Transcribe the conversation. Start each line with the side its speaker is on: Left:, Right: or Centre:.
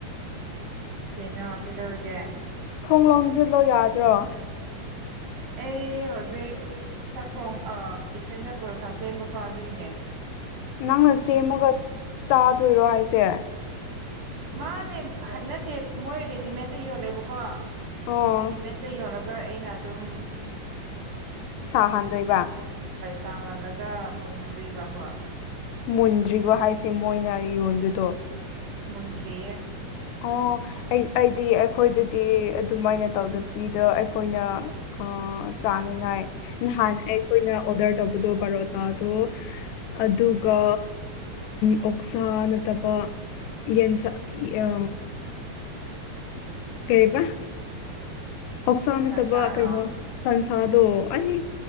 Right: ꯀꯩꯅꯣ ꯀꯩꯗꯧꯔꯒꯦ
Left: ꯊꯣꯡꯂꯣꯝꯁꯤꯜꯂꯣ ꯌꯥꯗ꯭ꯔꯣ
Right: ꯑꯩ ꯍꯧꯖꯤꯛ ꯁꯛꯈꯣꯝ ꯀꯤꯠꯆꯟꯗ ꯄꯔꯣꯊꯥ ꯁꯦꯝꯕꯀꯣ ꯑꯗꯨꯏꯅꯦ ꯇꯦ
Left: ꯅꯪꯅ ꯁꯦꯝꯃꯒ ꯆꯥꯗꯣꯏꯔꯣ ꯍꯥꯏꯁꯦ
Right: ꯃꯥꯅꯦ ꯅꯠꯇꯦ ꯃꯣꯏ ꯔꯦꯗꯤꯃꯦꯗꯇ ꯌꯣꯜꯂꯦꯕꯀꯣ
Left: ꯑꯣ
Right: ꯔꯦꯗꯤꯃꯦꯠꯇꯣ ꯌꯣꯜꯂꯒ ꯑꯩꯅ ꯑꯗꯨꯝ
Left: ꯁꯥꯍꯥꯟꯗꯣꯏꯕ
Right: ꯆꯥꯍꯜꯂꯒ ꯃꯨꯟꯍꯟꯗꯣꯏꯕ ꯍꯣꯏ
Left: ꯃꯨꯟꯗ꯭ꯔꯤꯕꯣ ꯍꯥꯏꯁꯦ ꯃꯣꯏꯅ ꯌꯣꯟꯕꯗꯣ
Right: ꯃꯨꯗꯌꯦ
Left: ꯑꯣ ꯑꯩꯗꯤ ꯑꯩꯈꯣꯏꯗꯗꯤ ꯑꯗꯨꯃꯥꯏꯅ ꯇꯧꯗꯕꯤꯗ ꯑꯩꯈꯣꯏꯅ ꯑ ꯆꯥꯅꯤꯉꯥꯏ ꯅꯍꯥꯟ ꯑꯩꯈꯣꯏꯅ ꯑꯣꯗꯔ ꯇꯧꯕꯗꯣ ꯕꯔꯣꯇꯥꯗꯣ ꯑꯗꯨꯒ ꯑꯣꯛꯁꯥ ꯅꯠꯇꯕ ꯌꯦꯟꯁꯥ ꯑ ꯀꯔꯤꯕ ꯑꯣꯛꯁꯥ
Right: ꯁꯟꯁꯥꯔꯣ
Left: ꯅꯠꯇꯕ ꯀꯩꯅꯣ ꯁꯟꯁꯥꯗꯣ ꯑꯩ